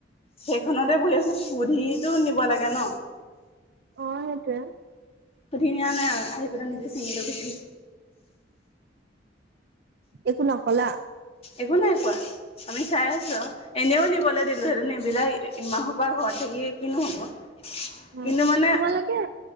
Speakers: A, on the left; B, on the right.
A: সেইখনতে বহি আছো সুধিটো নিব লাগে ন
B: অ সেইটোৱে
A: সুধিনিয়া নাই আহি পিনে নিজ চিঙি লৈ গৈছে সি
B: একো নকলা?
A: একো নাই কোৱা আমি চাই আছো আউ এনেও নিবলে দিলো হেতেন এইবিলাক ইমান হুপা ঘৰত থাকি কি কিনো হ'ব।
B: অ
A: কিন্তু মানে
B: তোমালোকে